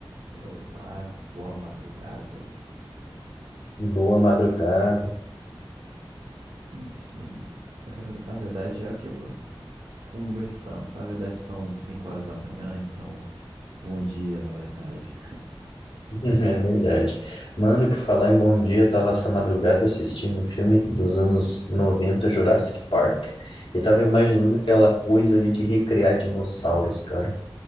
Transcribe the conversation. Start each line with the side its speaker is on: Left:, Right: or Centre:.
Right: Olá, boa madrugada.
Left: Boa madrugada. <laughs>
Right: Enfim, eu quero, na verdade, é o que eu- conversamos. Na verdade, são 5 horas da manhã, então, bom dia, na verdade.
Left: É verdade. Mano, e por falar em bom dia, eu tava essa madrugada assistindo um filme dos anos 90, Jurassic Park.
Right: Não,
Left: E tava imaginando aquela coisa ali de recriar dinossauros, cara.